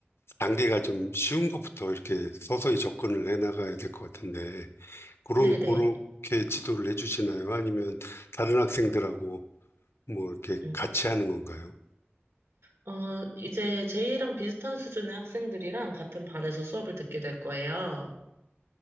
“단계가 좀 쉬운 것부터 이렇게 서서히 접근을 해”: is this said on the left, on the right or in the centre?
Left